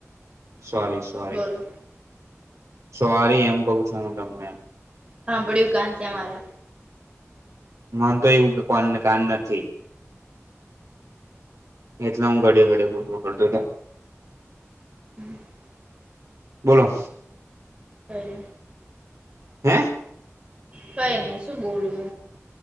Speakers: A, on the right (about 85°); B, on the right (about 25°).
A: સોરી,
B: નહીં
A: સોરી
B: બોલો
A: સોરી એમ કહું છું હું તમને
B: હા બડી ઉુકાાન છે અમારા
A: મન તો એવું કો કાન નથી. એલે હું ઘડે ઘડ બોલવ કરતો
B: <inaudible>
A: બોલો
B: હ
A: હા
B: કઈ નહી શું બોલું